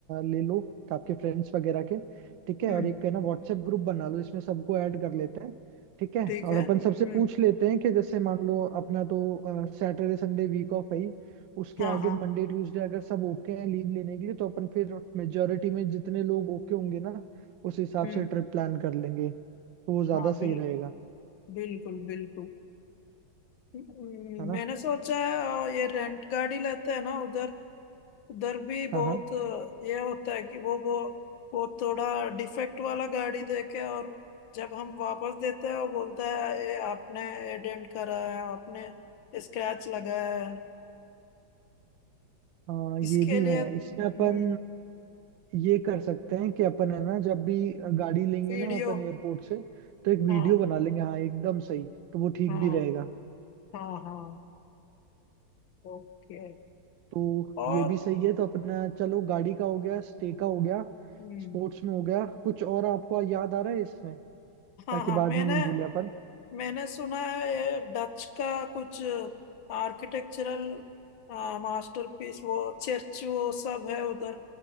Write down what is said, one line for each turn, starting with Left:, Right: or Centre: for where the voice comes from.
Right: ले लो आपके फ्रेंड्स वगैरह के ठीक है
Left: हम्म
Right: और एक है ना व्हाट्सएप ग्रुप बना लो इसमें सबको ऐड कर लेते हैं ठीक है
Left: ठीक
Right: और
Left: है
Right: अपन
Left: हम्म
Right: सबसे पूछ लेते हैं कि जैसे मान लो अपना तो सैटरडे संडे वीक ऑफ है ही उसके
Left: हाँ
Right: आगे
Left: हाँ
Right: मंडे ट्यूसडे अगर सब ओके हैं लीव लेने के लिए तो अपन फिर मेजोरिटी में जितने लोग ओके होंगे ना उस हिसाब
Left: हम्म
Right: से ट्रिप प्लान कर लेंगे तो वो ज्यादा
Left: हाँ
Right: सही
Left: बिल
Right: रहेगा
Left: बिल्कुल बिल्कुल हम्म,
Right: है ना
Left: मैंने सोचा है और ये रेंट गाड़ी लेते हैं ना उधर उधर भी
Right: हाँ
Left: बहुत
Right: हाँ
Left: ये होता है कि वो वो वो थोड़ा डिफेक्ट वाला गाड़ी देके और जब हम वापस देते हैं वो बोलता है ये आपने ये डेंट करा है आपने स्क्रैच लगाया है
Right: हाँ ये
Left: इसके
Right: भी
Left: लिए
Right: है
Left: हम्म
Right: इसमें अपन ये कर सकते हैं कि अपन है ना जब भी गाड़ी लेंगे
Left: वीडियो
Right: ना अपन एयरपोर्ट से तो एक वीडियो
Left: हाँ
Right: बना लेंगे हाँ एकदम सही तो वो ठीक
Left: हाँ
Right: भी रहेगा
Left: हाँ हाँ ओके
Right: तो
Left: और
Right: ये भी सही है तो अपना चलो गाड़ी का हो गया स्टे का हो गया
Left: हम्म
Right: स्पोर्ट्स में हो गया कुछ और आपको याद आ रहा है इसमें
Left: हाँ
Right: ताकि
Left: हाँ मैंने
Right: बाद में नहीं भूले अपन
Left: मैंने सुना है ये डच का कुछ आर्किटेक्चरल मास्टरपीस वो चर्च वो सब है उधर